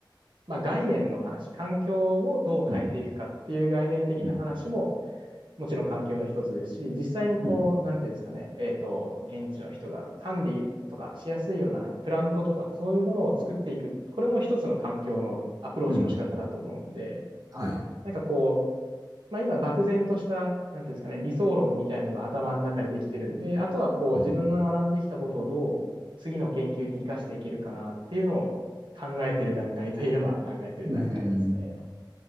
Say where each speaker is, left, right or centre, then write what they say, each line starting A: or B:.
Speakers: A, on the right; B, on the right.
A: まあ、概念の話、環境をどう変えていくかっていう概念的な話も
B: うん。うん。
A: もちろん環境の一つですし、実際にこう、
B: うん。
A: なんていうんですかね、えっと、現地の人が管理とかしやすいようななんかプラントとかそういうものを作っていく、これも一つの環境のアプローチの仕方だと思うんで、
B: うん。はい。
A: なんかこう、まあ、今、漠然とした、なんていうんですかね、理想論みたいのが頭の中でできてるんで、あとはこう、
B: うん。
A: 自分の学んできたことをどう次の研究に生かしていけるかなっていうのを考えてる段階といえば考えてる段階ですね。
B: うーん。